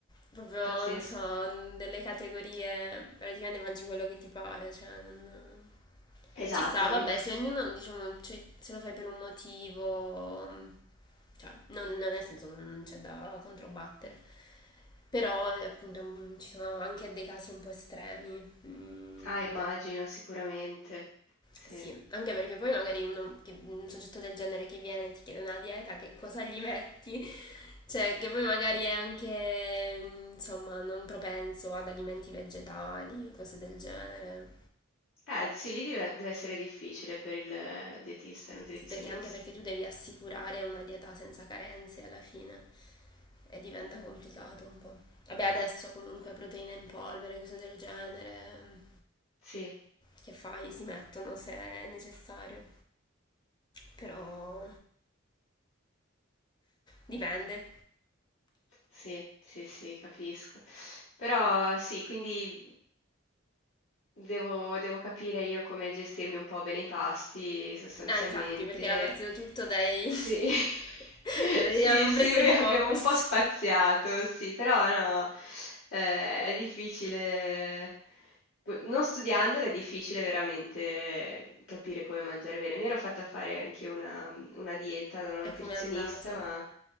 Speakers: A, on the left; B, on the left.
A: proprio,
B: pazzesco.
A: non so, delle categorie, praticamente mangi quello che ti pare, cioè non...
B: Esatto.
A: Ci sta, vabbè, se ognuno, diciamo, cioè, se lo fai per un motivo, cioè, non, nel senso non c'è da controbattere. Però, eh, appunto, mm, ci sono anche dei casi un po' estremi. Mm,
B: Ah, immagino, sicuramente.
A: sì,
B: Sì.
A: anche perché poi magari uno che- un soggetto del genere che viene e ti chiede una dieta, che cosa gli metti? <laughs> Cioè, che poi magari è anche, insomma, non propenso ad alimenti vegetali, cose del genere.
B: Eh, sì, lì deve deve essere difficile per il eh, dietista e nutrizionista.
A: Sì, perché anche perché tu devi assicurare una dieta senza carenze alla fine e diventa complicato un po'. Vabbè, adesso comunque proteine in polvere, cose del genere,
B: Sì,
A: che fai? Si mettono se è necessario, però dipende.
B: sì, sì, sì, capisco. Però sì, quindi devo devo capire io come gestirmi un po' bene i pasti, sostanzialmente.
A: Ah, infatti, perché era partito tutto dai...
B: Sì.
A: <laughs>
B: <laughs>
A: Avevo
B: Sì, sì,
A: preso
B: noi
A: il
B: abbiamo
A: focus.
B: un po' spaziato, sì, però no, eh, è difficile. P non studiandolo è difficile veramente capire come mangiare bene. Mi ero fatta fare anch'io una mm, una dieta da una nutrizionista,
A: E com'è andata?
B: ma,